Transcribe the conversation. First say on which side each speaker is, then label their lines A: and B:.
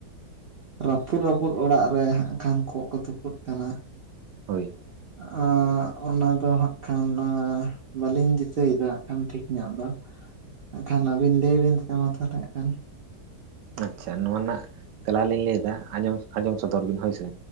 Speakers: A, on the right (about 60°); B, on the right (about 80°).
A: ᱨᱟᱹᱯᱩᱫ ᱨᱟᱹᱯᱩᱫ ᱚᱲᱟᱜ ᱨᱮ ᱦᱟᱸᱜ ᱠᱷᱟᱱ ᱠᱚᱸᱜ ᱠᱚ ᱛᱩᱯᱩᱫ ᱠᱟᱱᱟ
B: ᱦᱳᱭ
A: <inaudible> ᱚᱱᱟ ᱫᱚ ᱦᱟᱸᱜ ᱠᱷᱟᱱ ᱵᱟᱹᱞᱤᱧ ᱫᱤᱥᱟᱹᱭᱫᱟ ᱦᱟᱸᱜ ᱠᱷᱟᱱ ᱴᱷᱤᱠ ᱧᱚᱜ ᱫᱚ ᱮᱠᱷᱟᱱ ᱟᱹᱵᱤᱱ ᱞᱟᱹᱭ ᱵᱤᱱ ᱥᱮ ᱢᱟ ᱛᱟᱦᱚᱞᱮ ᱮᱜ ᱠᱷᱟᱱ
B: ᱟᱪᱪᱷᱟ ᱱᱚᱣᱟ ᱨᱮᱱᱟᱜ ᱛᱮᱞᱟ ᱞᱤᱧ ᱞᱟᱹᱭᱫᱟ ᱟᱸᱚᱢ ᱟᱸᱡᱚᱢ ᱥᱚᱫᱚᱨ ᱵᱤᱱ ᱦᱳᱭᱥᱮ